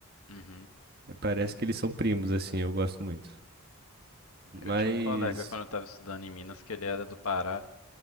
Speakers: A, on the left (about 75°); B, on the right (about 45°).
A: Uhum.
B: É, Parece que eles são primos, assim, eu gosto muito. Mas.
A: Eu tinha um colega quando eu tava estudando em Minas que ele era do Pará.